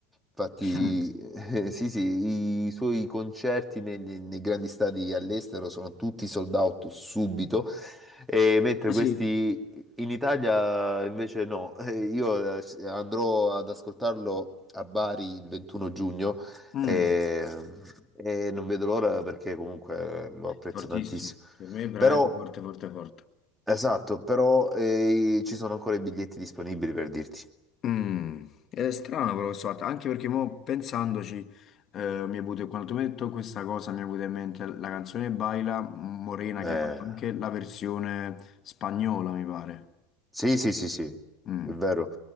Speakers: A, in the centre; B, on the left.
A: Infatti,
B: Mm.
A: <laughs> eh, sì, sì, i suoi concerti negli- nei grandi stadi all'estero sono tutti sold out subito. E mentre
B: Ah
A: questi
B: sì,
A: in Italia invece no, Eh, io eh, andrò ad ascoltarlo a Bari il 21 giugno
B: Mm,
A: e, e non vedo l'ora perché comunque lo apprezzo
B: fortissimo.
A: tantissimo.
B: Per me è veramente
A: Però,
B: forte, forte, forte.
A: esatto, però eh, ci sono ancora i biglietti disponibili per dirti.
B: Mm, è strano però questo fatto, anche perché mo pensandoci, eh, mi è venuto, quando tu mi hai detto questa cosa, mi è venuta in mente la canzone Baila Morena
A: Eh,
B: che ha fatto anche la versione spagnola, mi pare.
A: sì, sì, sì, sì, è
B: Mm.
A: vero.